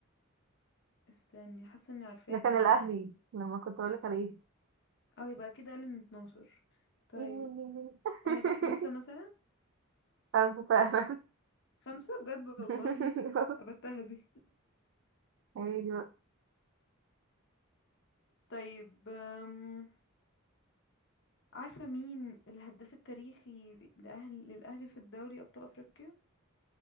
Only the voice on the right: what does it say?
ده كان
الأهلي لما كنت بقولك عليه
<laughs>
مين مين مين مين <laughs>
خمسة فعلا
<laughs>
عادي بقى